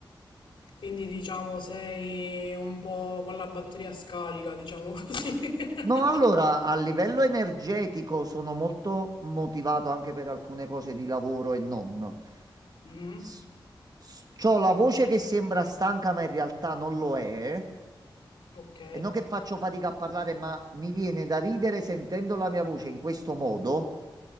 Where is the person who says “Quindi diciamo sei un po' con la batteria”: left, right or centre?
Left